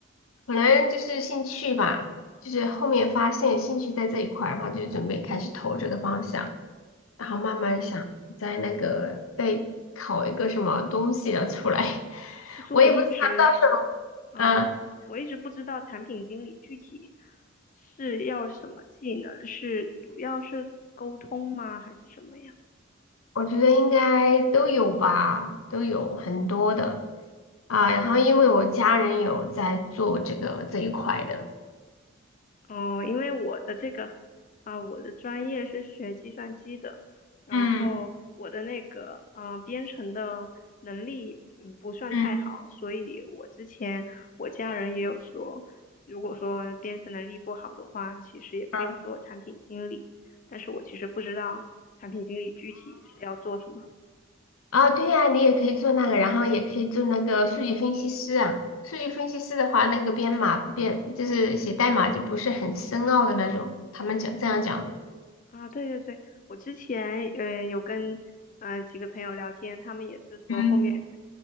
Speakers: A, on the left; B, on the left.
A: 可能就是兴趣吧，就是后面发现兴趣在这一块儿然后就准备开始投这个方向，然后慢慢想在那个再考一个什么东西的出来，<laughs>
B: 其实我一直
A: 我也不知道到时
B: 嗯，
A: 候啊，
B: 我一直不知道产品经理具体是要什么技能，是主要是沟通吗，还是什么呀？
A: 我觉得应该都有吧，都有很多的啊，然后因为我家人有在做这个这一块的，
B: 嗯，因为我的这个啊、我的专业是学计算机的，然后我的那个嗯、
A: 嗯
B: 呃编程的能力嗯不算太好，
A: 嗯
B: 所以我之前我家人也有说，如果说编程能力不好的话，其实也可以做产品经理，
A: 嗯，
B: 但是我其实不知道产品经理具体是要做什么。
A: 啊，对呀，你也可以做那个，然后也可以做那个数据分析师啊。数据分析师的话，那个编码编就是写代码就不是很深奥的那种，他们讲这样讲的，
B: 啊，对对对，我之前呃有跟嗯、呃几个朋友聊天，他们也是说后面
A: 嗯，